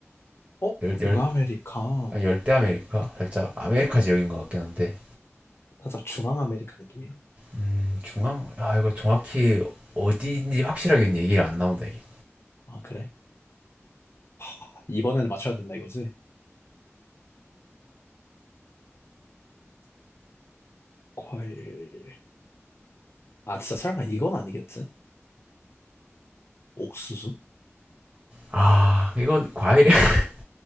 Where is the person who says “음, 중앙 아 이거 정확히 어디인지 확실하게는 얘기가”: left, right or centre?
Right